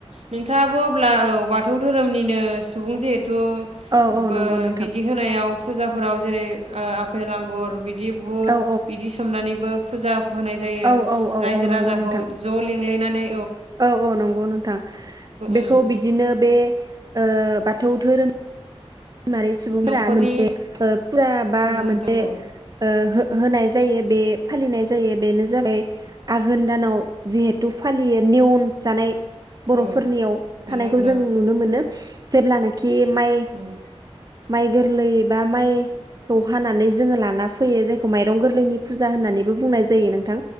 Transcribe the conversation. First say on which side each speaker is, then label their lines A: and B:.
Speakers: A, on the right (about 80°); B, on the right (about 35°).
A: नोंथाङाबो अब्ला औ बाथौ धोरोमनिनो सुबुं जे थु
B: औ औ
A: बो
B: नंगौ नोंथां
A: बिदि होनायाव फुजाफोराव जेरै ओ आफेल आंगुर बिदि बुट
B: औ
A: बिदि सोमनानैबो फुजा होनाय जायो
B: औ औ औ
A: रायजो
B: औ नंगौ
A: राजाखौ
B: नोंथां
A: ज लिं ग्लायनानै
B: औ औ नंगौ नोंथां बेखौ
A: उम
B: बिदिनो बे ओ बाथौ धोरोम मारि सुबुंफोरा
A: न'खरनि
B: मोनसे ओ फुरा बा
A: उम
B: मोनसे
A: दों औ
B: ओ हो-होनाय जायो बे फालिनाय जायो बेनो जाबाय आघोन दानाव जिहेथु फालियो नेयन जानाय
A: उम
B: बर'फोरनियाव
A: औ नंगौ
B: थानायखौ
A: नोंथां
B: जों नुनो मोनो। जेब्ला नाखि जि माइ
A: उम
B: माइ गोरलै बा माइखौ हानानै जोङो लाना फैयो जायखौ माइरं गोरलैनि फुजा होननानैबो बुंनाय जायो नोंथां